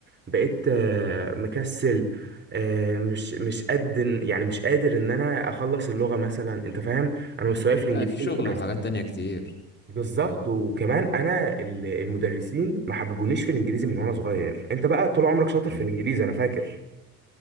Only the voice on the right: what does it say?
بقيت آه، مكسل آه، مش مش قد يعني مش قادر ان انا اخلص اللغة مثلا انت فاهم انا مستواي
في الانجليزي
مش احسن
بالظبط
وكمان انا ال- المدرسين ما حببونيش في الانجليزي من وانا صغير انت بقى طول عمرك شاطر
في الانجليزي انا فاكر